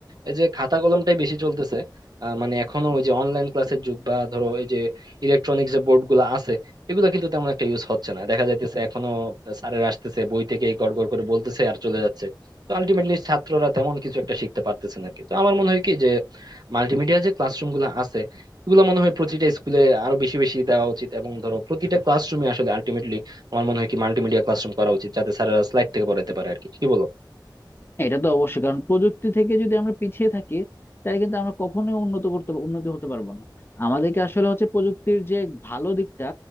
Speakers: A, on the right (about 55°); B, on the left (about 30°).
A: এই যে খাতা কলমটাই বেশি চলতেছে আহ, মানে এখনো ওই যে অনলাইন ক্লাসের যুগ বা ধরো এই যে ইলেকট্রনিক্স যে বোর্ড গুলো আছে এগুলা কিন্তু তেমন একটা ইউজ হচ্ছে না দেখা যাইতেছে এখনো স্যারেরা আসতেছে বই থেকে গড় গড় করে বলতেছে আর চলে যাচ্ছে তো আলটিমেটলি ছাত্ররা তেমন কিছু একটা শিখতে পারতেছে না কি তো আমার মনে হয় কি যে মাল্টিমিডিয়া যে ক্লাসরুম গুলো আছে এগুলো মনে হয় প্রতিটা স্কুলে আরো বেশি বেশি দেওয়া উচিত এবং ধরো প্রতিটা ক্লাসরুমে আসলে আলটিমেটলি আমার মনে হয় কি মাল্টিমিডিয়া ক্লাসরুম করা উচিত যাতে স্যারেরা স্লাইড থেকে পড়াইতে পারে আর কি কি বলো
B: এটা তো অবশ্যই কারণ প্রযুক্তি থেকে যদি আমরা পিছিয়ে থাকি তাহলে কিন্তু আমরা কখনোই উন্নত করতে উন্নতি হতে পারবো না আমাদেরকে আসলে হচ্ছে প্রযুক্তির যে ভালো দিকটা